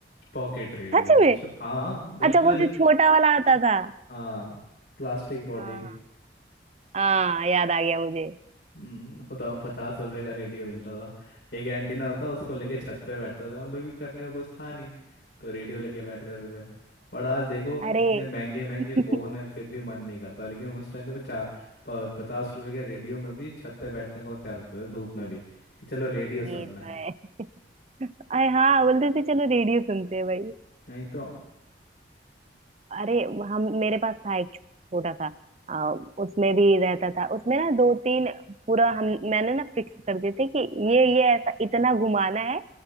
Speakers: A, on the left; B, on the right.
A: पॉकेट रेडियो
B: सच में
A: हाँ बिल्कुल
B: अच्छा वो जो छोटा वाला आता था
A: हाँ प्लास्टिक बॉडी
B: हाँ हाँ याद आ गया मुझे
A: हम्म बताओ पचास रुपए का रेडियो मिलता था एक एंटीना होता उसको लेके छत पे बैठता था हम लोग भी करने को कुछ था नहीं तो रेडियो लेके बैठ रहते थे बट आज देखो
B: अरे
A: इतने महंगे महंगे
B: <laughs>
A: फ़ोन है फिर भी मन नहीं करता लेकिन उस टाइम पे पचा, प, पचास रुपए के रेडियो में भी छत पे बैठने को तैयार होते थे धूप में भी कि चलो रेडियो सुनना
B: ये तो
A: है
B: है अरे हाँ बोलते थे चलो रेडियो सुनते हैं भाई
A: नहीं तो
B: अरे हम मेरे पास था एक छोटा सा आ, उसमें भी रहता था उसमें ना दो तीन पूरा हम मैंने ना फिक्स कर दिए थे कि ये ये ऐसा इतना घुमाना है